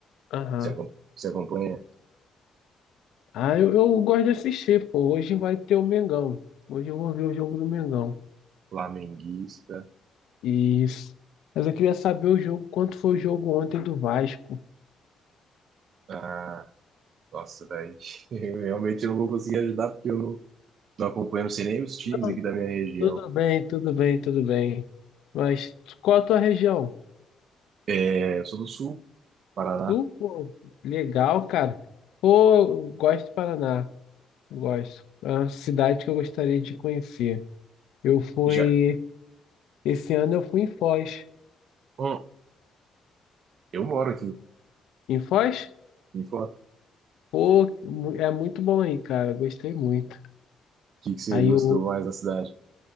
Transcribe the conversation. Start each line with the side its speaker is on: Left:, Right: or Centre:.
Left: Aham.
Right: Você, acom- você acompanha
Left: Ah, eu, eu gosto de assistir, pô. Hoje vai ter o Mengão. Hoje eu vou ver o jogo do Mengão.
Right: flamenguista?
Left: Isso. Mas eu queria saber o jogo, quanto foi o jogo ontem do Vasco?
Right: Ah, nossa, daí <laughs> eu realmente não vou conseguir ajudar porque eu não, não acompanho, não sei nem os times
Left: Não,
Right: aqui da minha região.
Left: Tudo bem, tudo bem, tudo bem. Mas qual a tua região?
Right: É, eu sou do Sul, Paraná.
Left: Tu, pô, legal, cara. Pô, eu gosto do Paraná. Gosto. É uma cidade que eu gostaria de conhecer. Eu fui
Right: Já,
Left: Esse ano eu fui em Foz.
Right: hum, eu moro aqui.
Left: Em Foz?
Right: Me fala, o
Left: Pô, mu- é muito bom aí, cara. Gostei muito.
Right: que que você
Left: Aí
Right: gostou
Left: eu,
Right: mais da cidade?